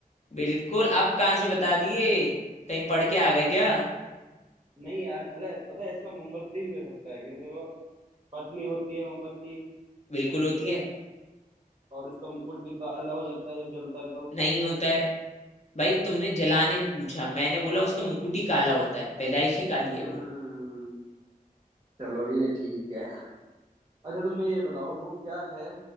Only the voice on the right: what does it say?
नहीं यार पहले पता है इसका मोमबत्ती भी हो सकता है क्योंकि देखो पतली होती है मोमबत्ती
ठीक
है
और इसका मुकुट भी काला हो जाता है जब जलता है तो
हम्म
चलो ये ठीक है अच्छा तुम मैं ये बताओ वो क्या है